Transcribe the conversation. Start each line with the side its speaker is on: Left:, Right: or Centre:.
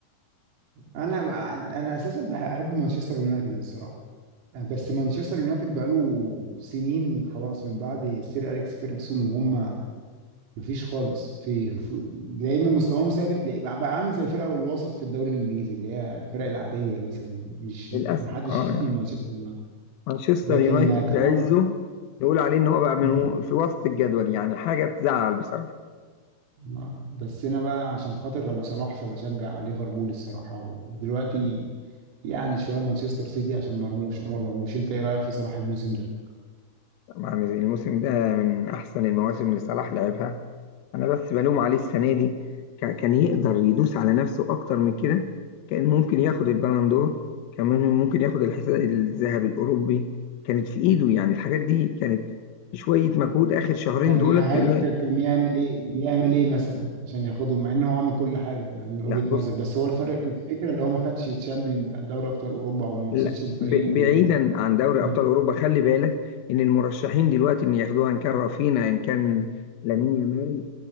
Right: انا انا اساسا بحب مانشستر يونايتد الصراحه بس مانشستر يونايتد بقاله سنين خلاص من بعد سير اليكس فيرجسون وهم مفيش خالص في في- يا اما مستواهم ثابت لا- بقى عامل زي الفرق الوسط في الدوري الانجليزي اللي هي الفرق العاديه مثلا مش محدش
Left: للاسف اه
Right: يخاف
Left: يعني
Right: من مانشستر يونايتد
Left: مانشستر
Right: لكن
Left: يونايتد
Right: طبعا
Left: بعزه نقول عليه ان هو بقى من
Right: مم.
Left: في وسط الجدول يعني حاجه تزعل بصراحه
Right: آه. بس انا بقى عشان خاطر ابو صلاح فبشجع ليفربول الصراحه ودلوقتي يعني شويه مانشستر سيتي عشان مرموش عمر مرموش انت ايه رايك في صلاح الموسم ده؟
Left: طبعاً الموسم ده من احسن المواسم اللي صلاح لعبها انا بس بلوم عليه السنه دي كا- كان يقدر يدوس على نفسه اكتر من كده كان ممكن ياخد البالون دور كان ممكن ياخد الحذاء الذهبي الاوروبي كانت في ايده يعني الحاجات دي كانت شويه مجهود اخر شهرين
Right: كان
Left: دولت
Right: يع-
Left: كان
Right: ك-
Left: ي...
Right: كان يعمل ايه يعمل ايه مثلا عشان ياخدهم مع ان هو عامل كل حاجه انا من وجهه
Left: لا بص
Right: نظري بس هو الفرق الفكره اللي هو ما خدش تشامبيون دوري ابطال اوروبا او ما وصلش
Left: لا
Right: للفريق
Left: ب...
Right: و...
Left: بعيدا عن دوري
Right: مم.
Left: ابطال اوروبا خلي بالك ان المرشحين دلوقتي ان ياخدوها ان كان رافينا ان كان لامين يامال